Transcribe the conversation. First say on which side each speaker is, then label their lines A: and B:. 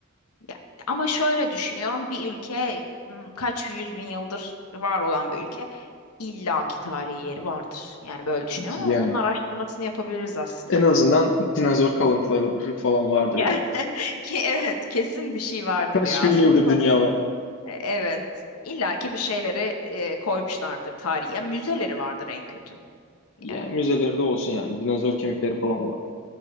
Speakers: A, on the left; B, on the left.
A: ya- ama şöyle düşünüyorum bir ülke ım, kaç yüz bin yıldır var olan bir ülke illaki tarihi yeri vardır. Yani böyle düşünüyorum
B: Yani
A: ama bunun araştırmasını yapabiliriz aslında.
B: en azından dinozor kalıntıları falan vardır
A: ya
B: ya.
A: <laughs> ki evet kesin bir şey vardır
B: Kaç
A: ya.
B: bin
A: Aslında
B: yıldır
A: bu konuyu
B: dünya var.
A: E, evet illa ki bir şeyleri e, koymuşlardır tarihi. Ya müzeleri vardır en kötü.
B: Yani
A: Yani,
B: müzelerde olsun yani. Dinozor kemikleri falan var.